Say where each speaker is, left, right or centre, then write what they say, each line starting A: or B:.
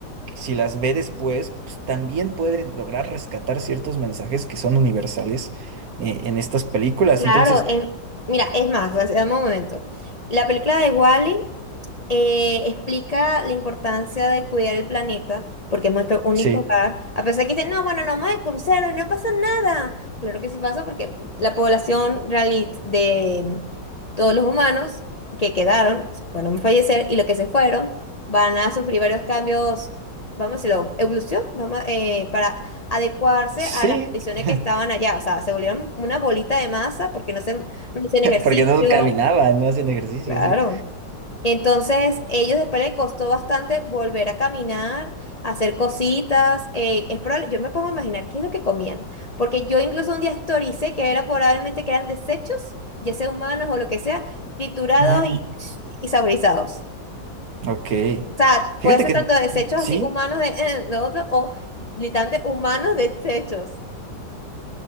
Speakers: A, on the right; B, on the left.
A: si las ve después, pues también puede lograr rescatar ciertos mensajes que son universales, eh, en estas películas.
B: Claro,
A: Entonces,
B: em- mira, es más, o sea, dame un momento. La película de Wally eh, explica la importancia de cuidar el planeta, porque es nuestro único
A: sí,
B: hogar. A pesar de que dicen, no, bueno, no más de crucero y no pasa nada. Claro que sí pasa porque la población reali- de todos los humanos que quedaron, bueno a fallecer y los que se fueron, van a sufrir varios cambios, vamos a decirlo, evolución, vamos, eh, para adecuarse
A: sí.
B: a las condiciones
A: <laughs>
B: que estaban allá. O sea, se volvieron una bolita de masa porque no se, no hacían ejercicio.
A: Porque no caminaban, no hacían ejercicio,
B: Claro.
A: sí.
B: Entonces, ellos después les costó bastante volver a caminar, hacer cositas. eh, es probable- yo me pongo a imaginar qué es lo que comían, porque yo incluso un día historicé que era probablemente que eran desechos, ya sea humanos o lo que sea, triturados
A: Mm,
B: y, y saborizados.
A: ok.
B: O sea,
A: Fíjate
B: puede ser
A: que
B: tanto desechos
A: mm, sí.
B: así humanos de eh, lo otro o literalmente humanos desechos.